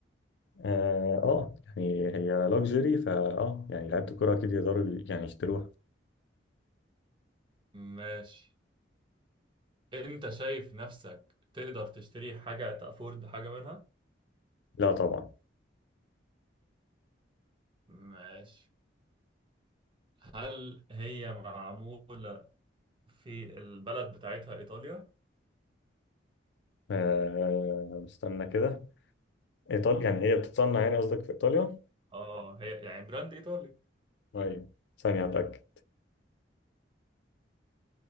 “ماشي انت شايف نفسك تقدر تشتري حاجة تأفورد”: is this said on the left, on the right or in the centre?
Right